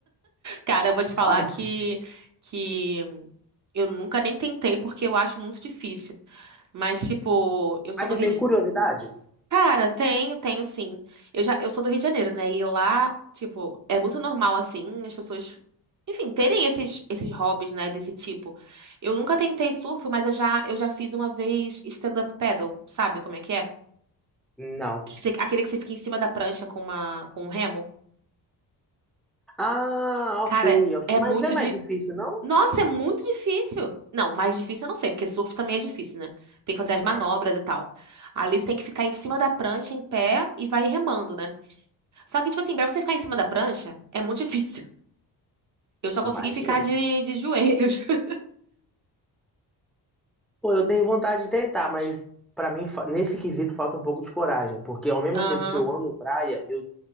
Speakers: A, on the right; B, in the centre.
A: Cara, eu vou te falar
B: Fácil.
A: que que eu nunca nem tentei porque eu acho muito difícil. Mas, tipo, eu sou
B: Mas
A: do
B: você
A: Rio
B: tem
A: de...
B: curiosidade?
A: Cara, tenho, tenho sim. Eu já, eu sou do Rio de Janeiro, né? E lá, tipo, é muito normal, assim, as pessoas, enfim, terem esses, esses hobbies, né, desse tipo. Eu nunca tentei surf, mas eu já, eu já fiz uma vez stand-up paddle, sabe como é que é?
B: Não.
A: Que você- aquele que você fica em cima da prancha com uma, com um remo.
B: Ah,
A: Cara,
B: ok, ok.
A: é
B: Mas
A: muito,
B: não é mais
A: di-
B: difícil, não?
A: Nossa, é muito difícil. Não, mais difícil eu não sei, porque surf também é difícil, né? Tem que fazer as
B: É,
A: manobras e tal. Ali você tem que ficar em cima da prancha, em pé, e vai remando, né? Só que, tipo assim, pra você ficar em cima da prancha, é muito <laughs> difícil. Eu só consegui
B: imagino.
A: ficar de, de joelhos. <laughs>
B: Pô, eu tenho vontade de tentar, mas pra mim, fa- nesse quesito, falta um pouco de coragem. Porque ao mesmo
A: Aham.
B: tempo que eu amo praia, eu,